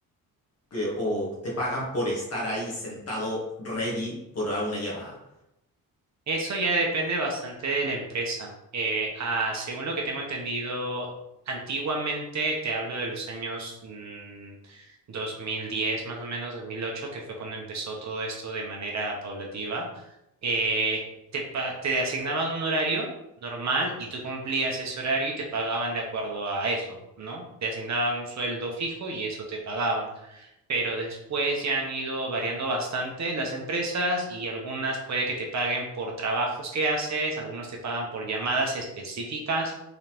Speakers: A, on the left (about 40°); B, on the right (about 45°).
A: que- o te pagan por estar ahí sentado ready por una llamada?
B: Eso ya depende bastante de la empresa. Eh, ah, según lo que tengo entendido, antiguamente, te hablo de los años mm, 2010, más o menos 2008, que fue cuando empezó todo esto de manera paulativa, eh, te, pa- te asignaban un horario normal y tú cumplías ese horario y te pagaban de acuerdo a eso, ¿no? Te asignaban un sueldo fijo y eso te pagaban pero después ya han ido variando bastante las empresas y algunas puede que te paguen por trabajos que haces, algunos te pagan por llamadas específicas,